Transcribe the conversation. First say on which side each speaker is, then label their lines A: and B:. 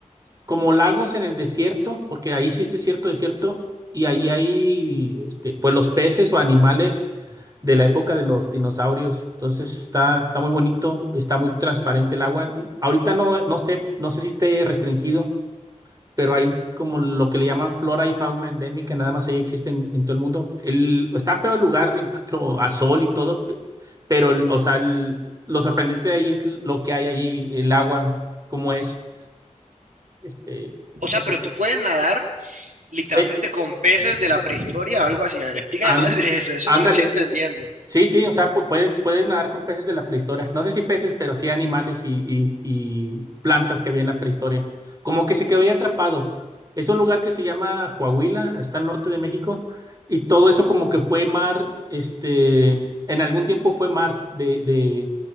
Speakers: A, on the right; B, on the right.
A: como lagos en el desierto, porque ahí sí es desierto, desierto, y ahí hay, este, pues los peces o animales de la época de los dinosaurios. Entonces está, está muy bonito, está muy transparente el agua. N- Ahorita no, no sé, no sé si esté restringido, pero hay como lo que le llaman flora y fauna endémica, nada más ahí existen en, todo el mundo. El, está feo el lugar en cuanto a sol y todo, pe- pero el- o sea, el- lo sorprendente de ahí es lo que hay ahí, el agua, cómo es. Este,
B: o
A: si
B: sea,
A: te,
B: pero tú puedes nadar literalmente
A: eh,
B: con peces de la prehistoria, algo así. A ver, explícame
A: an-
B: más de eso, eso
A: ándale.
B: no lo estoy entendiendo.
A: Sí, sí, o sea, pu- puedes, puedes nadar con peces de la prehistoria. No sé si peces, pero sí animales y, y- y plantas que había en la prehistoria. Como que se quedó ahí atrapado. Es un lugar que se llama Coahuila, está al norte de México, y todo eso como que fue mar, este, en algún tiempo fue mar de, de,